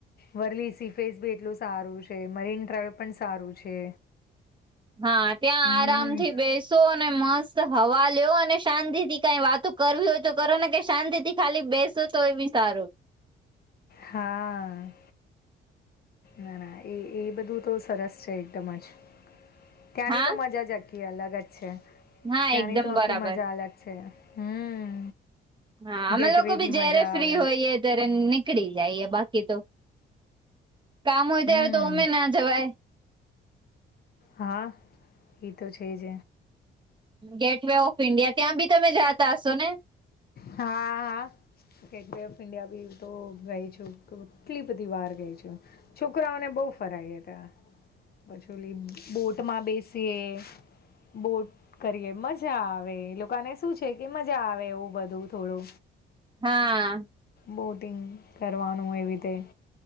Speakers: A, on the left; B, on the right.
A: વર્લી સીફેસ બી એટલું સારું છે મરીન ડ્રાઈવ પણ સારું છે
B: હા ત્યાં
A: હમ
B: આરામથી બેસ અને મસ્ત હવા લ્યો અને શાંતિ થી કઈ વાતો કરવી હોય તો કરો ને કે શાંતિથી ખાલી બેસો તો એ બ સારો
A: હા ના ના એ એ બધું તો સરસ છે એકદમ જ ત્યાંની
B: હા
A: તો મજા જકી અલગ જ છે
B: હા
A: ત્યાંની
B: એકદમ
A: તો આખી
B: બરાબર
A: મજા અલગ છે હમ
B: હા અમે
A: ગેટવે
B: લોકો બી જયારે
A: મજા
B: ફ્રી
A: આવે
B: હોઈએ ત્યારે પકડી જાયએ બાકી તો કામ હોય
A: હમ
B: ત્યારે તો અમે ના જવાય
A: હા એ તો છે જ
B: ગેટ વે ઓફ ઈન્ડિયા ત્યાં બી તમે જાતા હશો ને
A: હા. હા. ગેટ વ ઓફ ઇન્ડિયા બી તો ગઈ છું કેટલી બધી વાર ગઈ છું. છોકરાઓને બહુ ફરાયયા હતા. પછીલી બોટમાં બેસીએ. બોટ કરીએ મજા આવે લોકોને શું છે કે મજા આવે એવું બધું બુ થોડો
B: હા.
A: બોટિંગ કરવાનું એવી રીતે